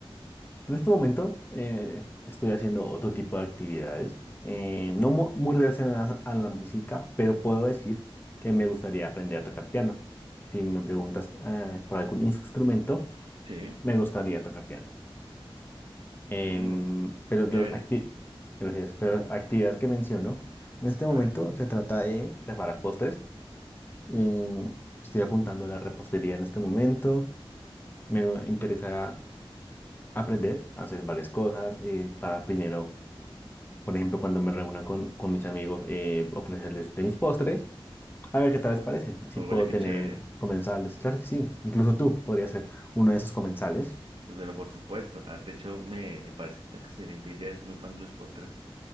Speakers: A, on the left; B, on the right.
A: En este momento eh, estoy haciendo otro tipo de actividades, eh, no mu- muy relacionadas a la música, pero puedo decir que me gustaría aprender a tocar piano. Si me preguntas eh, por algún instrumento,
B: Sí.
A: me gustaría tocar piano. Em,
B: Mm,
A: pero de
B: chévere.
A: las acti- gracias, pero las actividades que menciono, en este momento
B: A ver.
A: se trata de preparar postres. Eh, estoy apuntando a la repostería en este momento. Me interesa aprender a hacer varias cosas eh, para primero, por ejemplo, cuando me reúna con, con mis amigos, eh, ofrecerles de mis postres. A ver qué tal les parece. Así
B: Oye,
A: puedo
B: qué
A: tener
B: chévere.
A: comensales. Claro que sí. Incluso tú podrías ser uno de esos comensales.
B: Pero por supuesto, ah, de hecho me, me parece una excelente idea, soy muy fan de los postres.